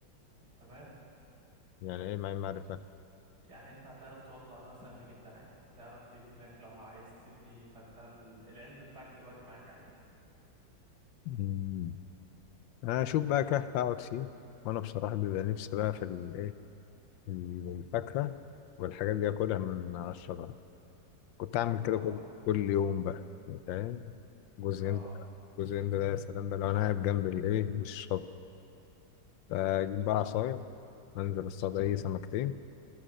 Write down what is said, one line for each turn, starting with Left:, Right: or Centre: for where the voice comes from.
Right: انت فاهم
Left: يعني إيه ما معرفة
Right: يعني انت هتعرف تولع نار سهل جدا عادي هتعرف تبني لك لو عايز تبني فانت ال- العلم بتاعك دلوقتي معاك عادي
Left: مم. أنا أشوف بقى كهف أقعد فيه وأنا بصراحة بيبقى نفسي بقى في الإيه الفاكهة والحاجات دي أكلها من على الشجرة كنت أعمل
Right: اه
Left: كده كل كل يوم بقى فاهم جوز
Right: اه
Left: هند جوز هند ده يا سلام بقى لو أنا قاعد جنب الإيه الشط فأجيب بقى عصاية أنزل أصطاد أي سمكتين